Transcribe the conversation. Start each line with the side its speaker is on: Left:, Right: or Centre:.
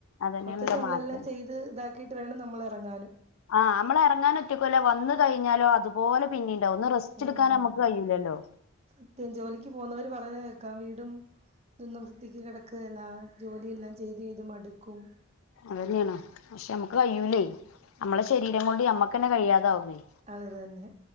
Left: അതന്നെയാണല്ലോ
Right: മൊത്തത്തി നമ്മളെല്ലാം
Left: മാറ്റം
Right: ചെയ്ത് ഇതാക്കീട്ട് വേണം നമ്മളെറങ്ങാനും
Left: ആഹ് അമ്മളെറങ്ങാൻ ഒറ്റക്കൂല്ലേ വന്നു കഴിഞ്ഞാലോ അതുപോലെ പിന്നേണ്ടാവും ഒന്ന് റെസ് റ്റെടുക്കാൻ
Right: ഉം
Left: അമ്മക്ക് കയ്യൂല്ലല്ലോ
Right: സത്യം ജോലിക്ക് പോന്നവര് പറയുന്ന കേക്കാം വീടും ഇതൊന്നും വൃത്തിക്ക് കെടക്കുകേല ജോലിയെല്ലാം ചെയ്ത് ചെയ്ത് മടുക്കും
Left: അത് തന്ന്യാണ് പക്ഷെ അമ്മുക്ക് കയ്യൂലേയ് അമ്മളെ ശെരീരം കൊണ്ട് ഞമ്മക്കെന്നെ കഴിയാതാവൂ യ്
Right: അത് തന്നെ